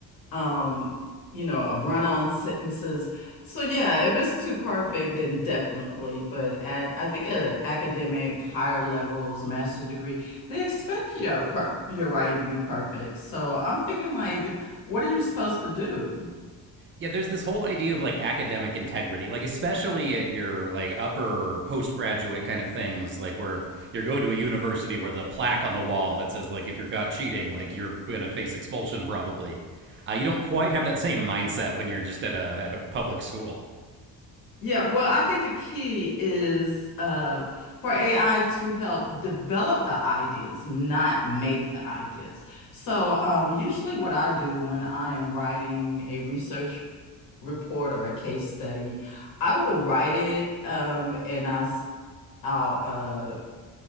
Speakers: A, on the left; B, on the right.
A: um, you know, run-on sentences. So yeah, if it's too perfect, then definitely. But at I think at academic higher levels, master's degree, they expect your per your writing to be perfect. So I'm thinking like, what are you supposed to do?
B: Yeah, there's this whole idea of like academic integrity, like especially at your like upper postgraduate kind of things, like where you're going to a university where the plaque on the wall that says like if you're caught cheating, like you're gonna face expulsion probably. Uh, you don't quite have that same mindset when you're just at a at a public school.
A: Yeah, well, I think the key is uh, for AI to help develop the ideas, not make the ideas. So, um, usually, what I do when I am writing a research report or a case study, I will write it, um, and I'll s- I'll uh,